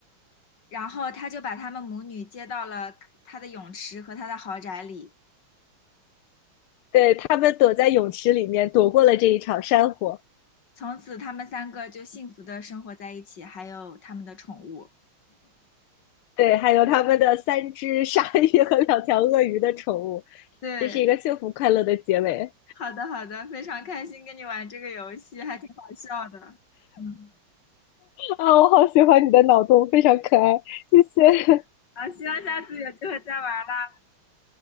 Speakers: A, on the left; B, on the left.
A: 然后他就把他们母女接到了他的泳池和他的豪宅里，
B: 对他们躲在泳池里面躲过了这一场山火。
A: 从此他们三个就幸福的生活在一起，还有他们的宠物。
B: 对，还有他们的三只鲨鱼和两条鳄鱼的宠物，
A: 对，
B: 这是一个幸福快乐的结尾
A: 好的好的，非常开心跟你玩这个游戏，还挺好笑的。嗯，
B: 啊！我好喜欢你的脑洞，非常可爱，谢谢。
A: 好，希望下次有机会再玩啦。